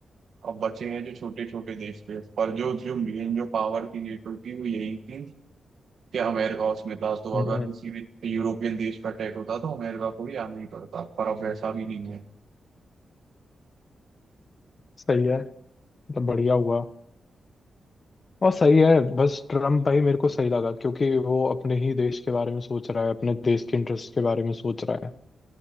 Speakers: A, on the right; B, on the left.
A: अब बचे हैं जो छोटे छोटे देश थे पर जो जो मेन जो पावर थी नेटो की वो यही थी कि अमेरिका उसमें था तो
B: हम्म
A: अगर किसी भी यूरोपियन देश पर अटैक होता तो अमेरिका को भी आना ही पड़ता पर अब ऐसा भी नहीं है
B: सही है मतलब बढ़िया हुआ और सही है बस ट्रम्प भाई मेरे को सही लगा क्योंकि वो अपने ही देश के बारे में सोच रहा है अपने देश के इंटरेस्ट के बारे में सोच रहा है